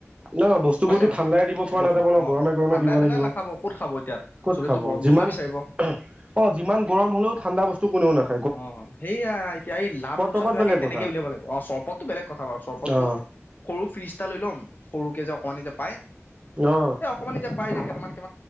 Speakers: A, on the right (about 25°); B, on the left (about 40°).
A: ন বস্তুবোৰতো
B: হয় নে নাই
A: ঠাণ্ডাই দিব পৰা
B: বস্তু
A: নাযাব ন
B: অ
A: গৰমে গৰমে
B: ঠাণ্ডাই
A: দিব
B: ঠাণ্ডাই
A: লাগিব
B: নাখাব ক'ত খাব এতিয়া
A: ক'ত
B: চবেতো
A: খাব
B: গৰম
A: যিমান
B: বস্তুৱে বিচাৰিব
A: অ যিমান গৰম হলেও ঠাণ্ডা বস্তু কোনেও নাথ।
B: অ সেইয়া এতিয়া এই লাভ লোকচান
A: তৰবত
B: ক
A: বেলেগ
B: সেই তেনেকে
A: কথা
B: উলিয়াব লাগিব অ চৰবতটো বেলেগ কথা বাৰু চৰবতটো
A: অ
B: সৰু ফ্ৰিজটা লৈ <inaudible> সৰুকে যে অকমানি যে পাই।
A: অ
B: এ অকণমান নিতিা পাই যায় তে কি